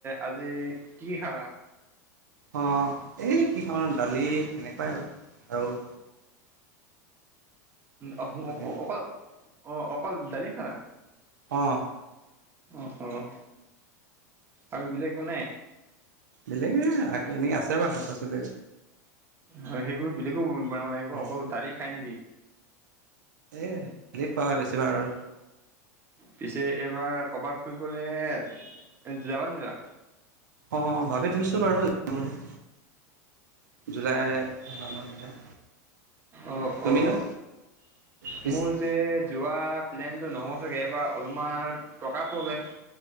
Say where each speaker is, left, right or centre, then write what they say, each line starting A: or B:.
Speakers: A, on the right; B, on the right.
A: আজি কি খালা?
B: অ', এই কি খাম আৰু দালি সেনেকুৱাই বাৰ আৰু
A: অ',
B: চয়াবিন
A: অ', অকল ডালিয়ে খালা?
B: অ'।
A: অ', অ' আৰু বেলেগ একো নাই?
B: বেলেগে এ এনেকে আছে বাৰু শাক পাচলি।
A: হয় সেইবোৰ বেলেকো বনাব লাগিব
B: অঁ
A: অকল গালি খাই নেকি?
B: এই হ পোৱা হয় বেছিভাগ আৰু।
A: পিছে এইবাৰ কৰবাত ফুৰিবলৈ এ যাবা ন যা?
B: অ', ভাবি থৈছো বাৰু <unintelligible> বুলি। জুলাই মানত যাম।
A: অ
B: তুমিনো?
A: অ
B: পিছ
A: মোৰ যে যোৱা প্লেনতটো নহ'ব চাগে, এবাৰ অলপমান টকা প্ৰব্লেম।